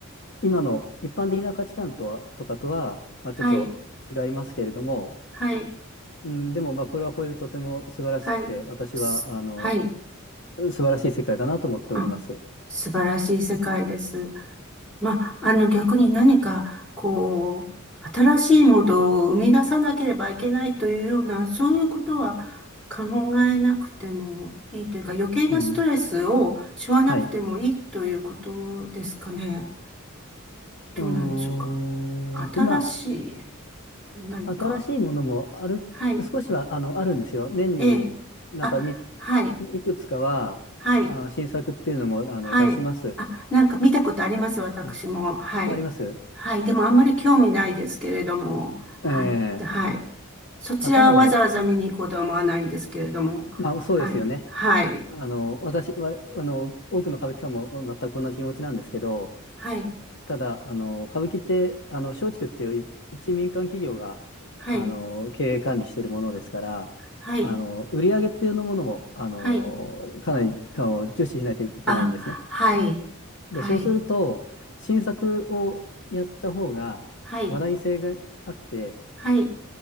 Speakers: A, on the left (about 55°); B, in the centre.
A: 今の一般的な価値観とは、とかとは、まあちょっと違いますけれども、
B: はい、はい、
A: うん、でも、まあ、これはこれでとても素晴らしくて、
B: はい、
A: 私は、
B: すはい、
A: あの、素晴らしい世界だなと思っております。
B: あ、素晴らしい世界です。まあ、あの、逆に何か、こう、新しいものを生み出さなければいけないというような、そういうことは考えなくてもいいというか、余計なストレスを背負わなくてもいいということですかね。
A: うん。はい。
B: どうなんでしょうか。
A: うーんと、
B: 新しい
A: ま
B: 何か。
A: あ、新しいものもある、
B: はい。
A: 少しは、あの、あるんですよ。年になんかみ、
B: ええ。あ、はい。
A: いくつかは、
B: はい。
A: あの、新作っていうのも、あの、
B: はい。
A: 出します。
B: あ、なんか見たことあります、私も。
A: あ、
B: はい。
A: あります。
B: はい。でもあんまり興味ないですけれども。はい。
A: ええ
B: はい。そちらはわざわざ見に行こうとは思わないんですけれども。
A: まあ、ただね、まあ、そうですよね。
B: はい。はい。
A: あの、私は、あの、多くの歌舞伎ファンも全く同じ気持ちなんですけど、
B: はい。
A: ただ、あの、歌舞伎って、あの、松竹っていう一一民間企業が、
B: はい。
A: あの、経営管理しているものですから、
B: はい。
A: あの、売り上げっていうのものも、あの、
B: はい。
A: かなり、かを重視しないといけないんですね。
B: あ、はい。はい。
A: で、そうすると、新作をやった方が、
B: はい。
A: 話題性があって、
B: はい。